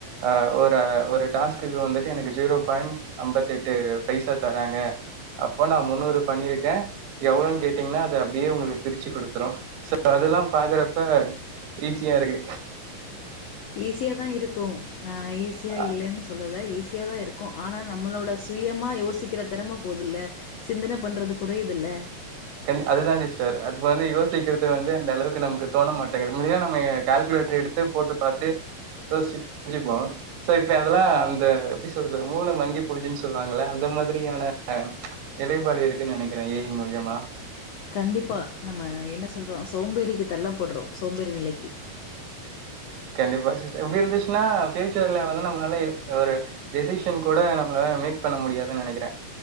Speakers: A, on the right (about 85°); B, on the left (about 75°).
A: அ ஒரு ஒரு டாஸ்குக்கு வந்துட்டு எனக்கு ஜீரோ பாயிண் அம்பத்தெட்டு பைசா தராங்க அப்போ நா முன்னூறு பண்ணிருக்கே எவ்ளோன் கேட்டீங்ன்னா அது அப்டியே உங்குளுக் பிரிச்சு குடுத்துரோ சோ அதல்லா பாக்குறப்ப ஈஸியா இருக்கு
B: ஈஸியாதா இருக்கு நா ஈஸியா
A: அ-
B: இல்லேன்னு சொல்லல ஈ ஸியா தா இருக் கோ ஆனா நம்மளோட சுயமா யோசி க்கிற திறம போதுல்லே சிந்தன பண்றது குறையுதுல்ல
A: கண்டி அதுதா சிஸ்டர் அது வந்து யோசிக்கிறது வந்து அந்த அளவுக்கு நமக்கு தோண மாட்டேங்குது முன்னாடிலா நம்ம கால்குலேட்டர் எடுத்து போட்டு பாத்து யோசிச்சு <inaudible> சோ இப்ப அதெல்லா அந்த எப்டி சொல்றது மூள மங்கி போச்சுன் சொல்வாங்கள அந்த மாதிரியான ச்ச் நிலைப்பாடு இருக்குன் நெனைக்கிறே ஏ ஐ மூல்யமா
B: கண்டிப்பா நம்ம என்ன சொல்றோ சோம்பேறிக்கு தள்ள பட்றோ சோம்பேறி நிலைக்கு
A: கண்டிப்பா சிஸ்டர் இப்டி இருந்துச்சுன்னா ஃபியூச்சர்ல வந்து நம்ளால எ ஒரு டெசிஷன் கூட நம்ளால மேக் பண்ண முடியாதுன் நெனைக்கிறே